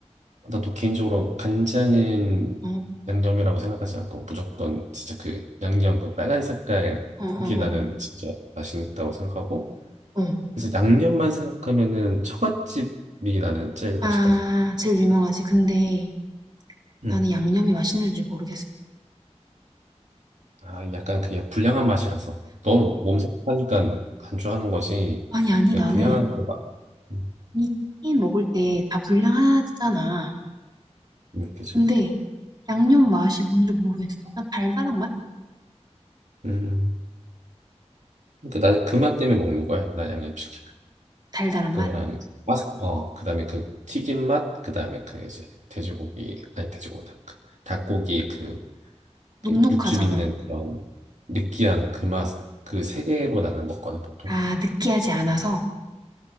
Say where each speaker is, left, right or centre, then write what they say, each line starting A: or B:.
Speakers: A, on the right; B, on the right.
A: 나도 개인적으로 간장은
B: 어,
A: 양념이라고 생각하지 않고 무조건 진짜 그 양념 그 빨간 색깔
B: 어, 어,
A: 그게 나는 진짜 맛있다고 생각하고
B: 어. 어.
A: 그래서 양념만 생각하면은 처갓집이 나는 제일 맛있다고
B: 아,
A: 생각해.
B: 제일 유명하지. 근데,
A: 음.
B: 나는 양념이 맛있는지 모르겠어.
A: 아, 약간 그게 불량한 맛이라서. 너몸각하니까 안주하는 거지.
B: 아니, 아니,
A: 그러니까
B: 나는
A: 불량한 그 맛. 음,
B: 이 치킨 먹을 때 다 분량하잖아.
A: 음, 그죠.
B: 근데 양념 맛이 뭔지 모르겠어. 그냥 달달한 맛?
A: 음. 그러니까 나는 그 맛 때문에 먹는 거야. 나 양념치킨.
B: 달달한
A: 그거랑
B: 맛?
A: 이제 바삭, 어, 그 다음에 그 튀김 맛, 그 다음에 그 이제 돼지고기, 아니 돼지고기, 닭, 그 닭고기 그, 그
B: 눅눅하잖아.
A: 육즙 있는 그런 느끼한 그 맛, 그 세 개로 나는 먹거든, 보통.
B: 아, 느끼하지 않아서.